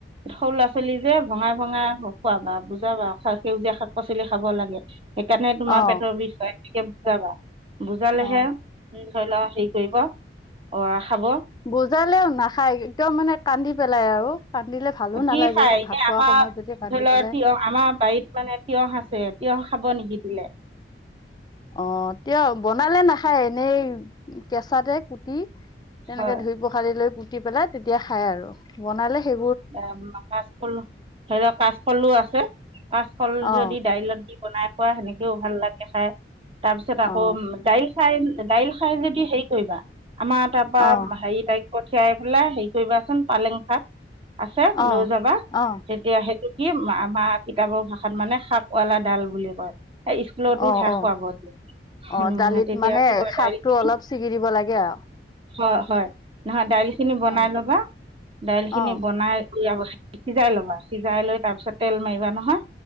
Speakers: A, on the right; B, on the left.
A: সৰু ল'ৰা ছোৱালী যে- ভঙাই ভঙাই খুৱাবা বুজাবা, সেউজীয়া শাক পাচলি খাব লাগে। সেইকাৰণে তোমাৰ
B: অ
A: পেটৰ বিষ হয় সনেকে বুজাবা বুজালেহে-
B: অ
A: ধৰি লোৱা হেৰি কৰিব অ- খাব
B: বুজালেও নাখায়, একদম মানে কান্দি পেলাই আৰু কান্দিলে ভালো
A: কি
B: নালাগে
A: খাই
B: ভাত
A: এ
B: খোৱা
A: আমাৰ
B: সময়ত যদি কান্দি
A: ধৰি ল
B: পেলাই
A: তিয়হ আমাৰ বাৰীত মানে তিয়হ আছে তিয়হ- খাব নিকি দিলে?
B: অ', তেওঁ বনালে নাখায় এনেই কেঁচাতে কুটি তেনেকে
A: হয়
B: ধুই পখালি লৈ পুতি পেলাত আৰু বনালে সে
A: <unintelligible> স্কুল ধৰি লওক কাচকলো আছে, কাচকল
B: অ
A: যদি দাইলত দি বনাই খোৱা সেনেকেও ভাল লাগে খাই, তাৰপিছত
B: অ
A: আকৌ দাইল খাই দাইল খাই যদি হেৰি কৰিবা, আমাৰ তাৰপৰা
B: অ
A: হেৰি তাইক পঠিয়াই পেলাই হে কৰিবাচোন পালেং শাক, আছে
B: অ
A: লৈ যাবা,
B: অ
A: তেতিয়া সে কি আমা-আমাৰ কিতাপৰ ভাষাত মানে শাক ৱালা ডাল বুলি কয়, সেই স্কুলতো
B: অ
A: সেইয়াই
B: অ
A: খুৱাব দিয়ে।
B: অ',
A: উম
B: দালিত
A: তেতিয়া
B: মানে
A: কি কয়
B: শাকটো
A: দাইলখিনি
B: অলপ ছিঙি দিব লাগে আৰু
A: হয় হয়, নহয় দাইল খিনি বনাই
B: অ
A: ল'বা, দাইল খিনি
B: অ
A: বনাই <unintelligible> সিজাই ল'বা, সিজাই লৈ তাৰ পিছত তেল মাৰিবা নহয়,